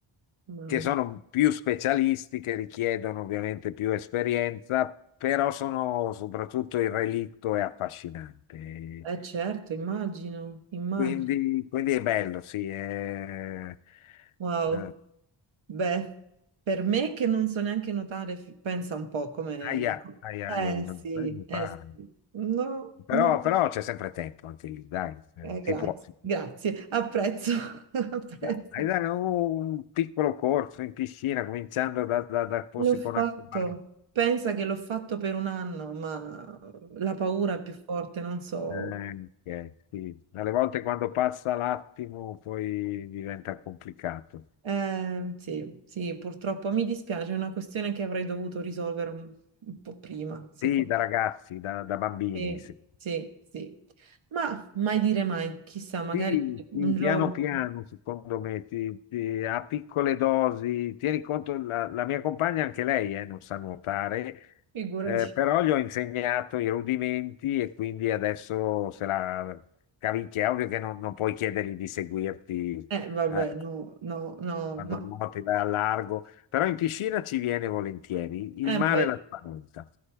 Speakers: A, on the right; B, on the left.
A: Mamma.
B: che sono più specialisti, che richiedono ovviamente più esperienza, però sono soprattutto il relitto è affascinante.
A: Eh certo, immagino, immagino.
B: Quindi, quindi è bello, sì. È...
A: Wow.
B: eh,
A: Beh, per me che non so neanche nuotare, fi- pensa un po' come...
B: Aia, aia,
A: Eh
B: aia,
A: sì,
B: non- non mi
A: eh
B: fa.
A: sì. No,
B: Però,
A: no,
B: però c'è sempre tempo anche lì, dai, eh,
A: Eh,
B: si
A: grazie,
B: può. si può.
A: grazie, apprezzo, <laughs> apprezzo.
B: Dai, dai, un piccolo corso in piscina, cominciando da, da, da posti
A: L'ho fatto,
B: con acqua bagna.
A: pensa che l'ho fatto per un anno, ma la paura è più forte, non so.
B: Eh, ok, sì. Alle volte quando passa l'attimo poi diventa complicato.
A: Eh, sì, sì, purtroppo mi dispiace, è una questione che avrei dovuto risolvere un, un po' prima, sì.
B: Sì, da ragazzi, da, da bambini.
A: Sì,
B: sì.
A: sì, sì. Ma mai dire mai, chissà, magari
B: Sì,
A: un
B: sì,
A: giorno,
B: piano piano, secondo me, ti- ti- a piccole dosi. Tieni conto, la, la mia compagna, anche lei, eh, non sa nuotare,
A: figurati.
B: eh, però gli ho insegnato i rudimenti e quindi adesso se la cavicchia. È ovvio che non, non puoi chiedergli di seguirti,
A: Eh, vabbè,
B: eh,
A: no, no, no,
B: quando
A: ma
B: nuoti, vai al largo, però in piscina ci viene volentieri.
A: eh
B: Il mare
A: beh,
B: la spaventa.